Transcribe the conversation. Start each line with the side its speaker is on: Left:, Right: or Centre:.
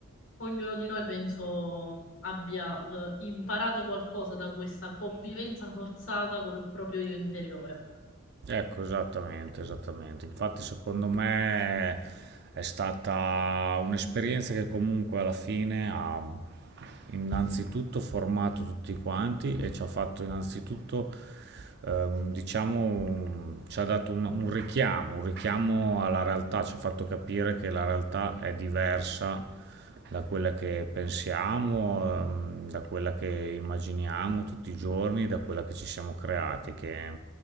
Left: ognuno di noi penso abbia eh, imparato qualcosa da questa convivenza forzata col proprio io interiore.
Right: Ecco, esattamente, esattamente. Infatti, secondo me è stata un'esperienza che comunque alla fine ha innanzitutto formato tutti quanti e ci ha fatto innanzitutto, ehm, diciamo, ci ha dato un, un richiamo, un richiamo alla realtà, ci ha fatto capire che la realtà è diversa da quella che pensiamo, ehm, da quella che immaginiamo tutti i giorni, da quella che ci siamo creati, che